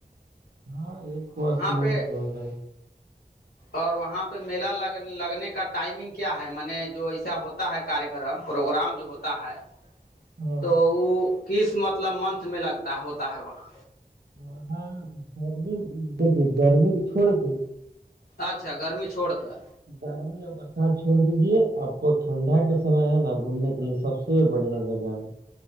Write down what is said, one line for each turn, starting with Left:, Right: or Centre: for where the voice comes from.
Right: ہاں ایک وس میں
Left: پہ
Right: دو جائے
Left: اور وہاں پہ میلا لگ لگنے کا کا ٹائمنگ کیا ہے میں نے جو ایسا ہوتا ہے کار کررم پروگرام جو ہوتا ہے
Right: ہاں
Left: تو وہ کس مطلب منتھ میں لگتا ہوتا ہے وہاں
Right: وہاں گرمی دیکھیے گرمی تو چھوڑ کے
Left: اچھا گرمی چھوڑ کر
Right: گرمی اور برسات چھوڑ دیجے آپ کو ٹھنڈا کے سمے ہے نا گھومنے کے لیے سب یہ بڑھیا جگہ ہے